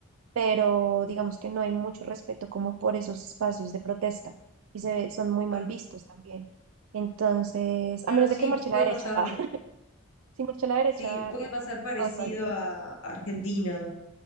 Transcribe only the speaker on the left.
claro.
Claro,
sí,
puede
pasar,
sí, puede
pasar parecido
a a Argentina.